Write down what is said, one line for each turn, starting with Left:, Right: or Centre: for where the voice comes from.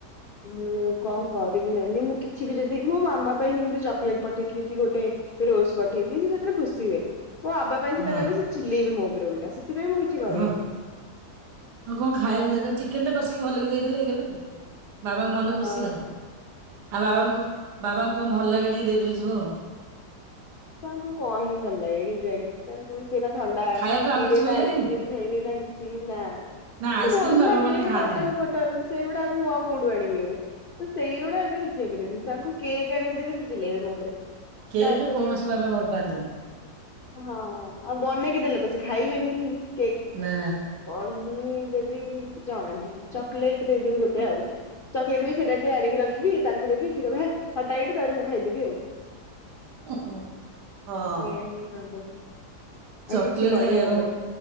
Left: ମୁଁ କଣ କରିବି ଜି ମୁଁ କିଛି ବି ଯଦି ମୋ ମାମା ପାଇଁ ଯେମିତି ଚକଲେଟ ପଠେଇଥିଲି। କି ଗୋଟେ ରୋଜ ପଠେଇଥିଲି ସେ ସେଥିରେ ଖୁସି ହୁଏ। ମୋ ବାବା ପାଇଁ
Right: ହଁ
Left: ସେଟା କଲେ ସେ ଚିଲେଇବେ ମୋ <unintelligible> କରେନି।
Right: ହଁ <inaudible> କଣ ଖାଇବାକୁ ଦେଇଦେଲ ଚିକେନ ଟା। କସିିକି ହଲେଇିକି ଦେ ହେଇଗଲା ଆ ବାବାଙ୍କ ମନ
Left: ହଁ
Right: ଖୁସି ଆଉ। ଆଉ ବାବାଙ୍କୁ ବାବାଙ୍କୁ କ ଭଲ ଲାଗେ ଟିକେ ଦେଇଦେଲି ଯିବ ଆଉ। <inaudible>
Left: ତାଙ୍କୁ କଣ ହିଁ ଭଲ ଲାଗେ କେଜାଣି ତାଙ୍କୁ ଥଣ୍ଡା
Right: ଖାଇବାକୁ ଆଉ
Left: ପିବେ
Right: କିଛି ଭଲ
Left: ନା
Right: ଲାଗେନି?
Left: ଆଇସ୍କ୍ରି ଖାଇବେ। ନା କିଛି ନା
Right: ନା ଆଇସ୍କ୍ରିମ
Left: ଭଲ
Right: ବାବା
Left: ଲାଗେ
Right: ମାନେ ଖାଆନ୍ତିନି
Left: ମଟନ୍ ଫଟନ ସେଇଗୁଡା ମୁଁ ଆଉ କୋଉଠୁ ଆଣିବି ଏବେ। ତ ସେଇଗୁଡା ଏବେ କିଛି ହେଇପାରିିବନି। ତାଙ୍କୁ କେକ୍ ଆଣିକି ଦେଲେ। ସେ ଚିଲେଇବେ ମୋ ଉପରେ
Right: କେକ୍
Left: ତାପରେ
Right: କୌଣସି
Left: ହୁଁ
Right: ବାବା ଭଲ ପାଆନ୍ତିନି
Left: ହଁ ଆଉ ବନେଇକି ଦେଲେ ତ ସେ ଖାଇବେନି ହିଁ। କେକ
Right: ନା
Left: ପାଣି ମୁଁ ଦେବି ଜଣା ନାହିଁ ଚକୋଲେଟ ଦେଇଦେବି ଗୋଟେ ଆଉ। ଚକୋଲେଟ ବି ସେଇଟା ବି ଆଣିକି ରଖିବି ତାଙ୍କୁ ଦେବି। ସେ କହିବେ ହେ ହଟା ଏଠୁ ତାର ମୁଁ ଖାଇଦେବି ଆଉ।
Right: <inaudible> ହଁ।
Left: ଏଇଆ ହିଁ ହବ ଆଉ
Right: ଚକୋଲେଟ
Left: କିଛି କରିହବନି।
Right: ଆଉ